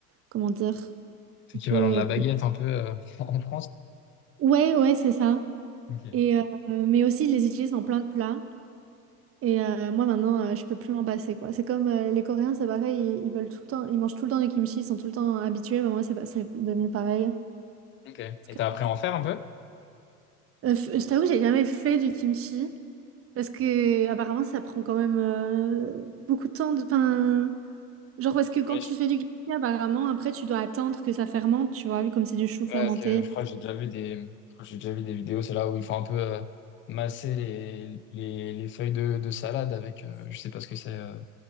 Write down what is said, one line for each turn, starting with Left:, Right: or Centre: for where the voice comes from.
Right: comment dire,
Left: C'est
Right: un
Left: l'équivalent
Right: peu.
Left: de la baguette un peu euh, <laughs> en France.
Right: Ouais ouais c'est ça.
Left: Ok.
Right: Et euh, mais aussi ils les utilisent dans plein de plats. Et euh, moi maintenant, euh, je peux plus m'en passer quoi. C'est comme euh, les Coréens, c'est pareil, ils, ils veulent tout le temps, ils mangent tout le temps du kimchi, ils sont tout le temps habitués. Bah, moi, c'est pas- c'est devenu pareil.
Left: Ok.
Right: Parce
Left: Et
Right: que-
Left: t'as appris à en faire un peu?
Right: euh, f- je t'avoue, que j'ai jamais fait du kimchi parce que apparemment, ça prend quand même euh, beaucoup de temps. De, enfin, genre parce que quand
Left: Ouais,
Right: tu
Left: je,
Right: fais du kimchi, apparemment, après, tu dois attendre que ça fermente, tu vois, comme c'est du chou fermenté.
Left: ouais, ok. Je crois que j'ai déjà vu des, j'ai déjà vu des vidéos, c'est là où il faut un peu euh, masser les, les, les feuilles de, de salade avec, euh, je sais pas ce que c'est, euh,